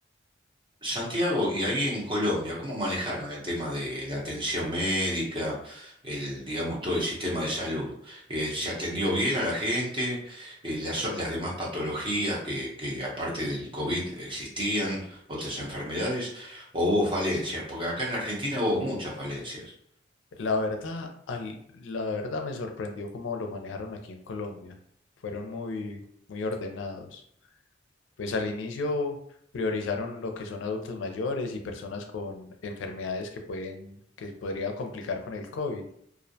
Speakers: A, on the right (about 25°); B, on the left (about 80°).
A: Santiago, y ahí en Colombia, ¿cómo manejaron el tema de la atención médica, el, digamos, todo el sistema de salud? Eh, ¿se atendió bien a la gente? Eh, las, o- las demás patologías que, que aparte del COVID existían, otras enfermedades, o hubo falencias? Porque acá en Argentina hubo muchas falencias.
B: La verdad, al- la verdad me sorprendió cómo lo manejaron aquí en Colombia. Fueron muy, muy ordenados. Pues al inicio priorizaron lo que son adultos mayores y personas con enfermedades que pueden, que podría complicar con el COVID.